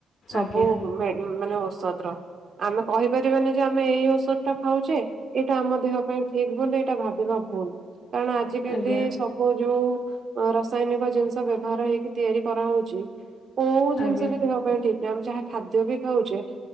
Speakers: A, on the right; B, on the left.
A: ସବୁ
B: ଆଜ୍ଞା
A: ମେ-ମାନେ ଔଷତ୍ର। ଆମେ କହିପାରିବନି ଯେ ଆମେ ଏଇ ଔଷଧ ଟା ଖାଉଛେ ଏଇଟା ଆମ ଦେହ ପାଇଁ ଠିକ ବୋଲି ଏଇଟା ଭାବିବା ଭୁଲ କାରଣ ଆଜିିକାଲି
B: ଆଜ୍ଞା
A: ସବୁ ଯୋଉ ରାସାୟନିକ ଜିନିଷ ବ୍ୟବହାର ହେଇକି ତିଆରି କରାହଉଛି କୋଉ ଜିନିଷ
B: ଆଜ୍ଞା
A: ଆମେ ଯାହା ଖାଦ୍ୟ ବି ଖାଉଛେ